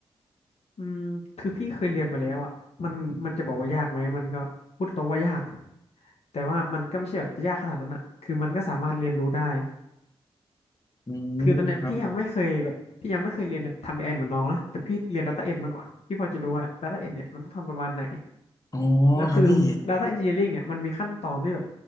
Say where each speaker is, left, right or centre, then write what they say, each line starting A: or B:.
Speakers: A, on the left; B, on the left.
A: อืมคือพี่เคยเรียนมาแล้วอ่ะมันมันจะบอกว่ายากไหมมันก็พูดตรงว่ายากแต่ว่ามันก็ไม่ใช่แบบจะยากขนาดนั้นอ่ะคือมันก็สามารถเรียนรู้ได้
B: อืมครับ
A: คือตอนเนี้ยพี่ยังไม่เคยแบบพี่ยังไม่เคยเรียนแบบทำเอไอเหมือนน้องนะแต่พี่เรียน Data End มาก่อนพี่พอจะรู้ว่า Data End เนี่ยมันต้องทำประมาณไหน
B: อ๋อ
A: แล้วคือ
B: ครับพี่
A: Data Engineering เนี่ยมันมีขั้นตอนที่แบบ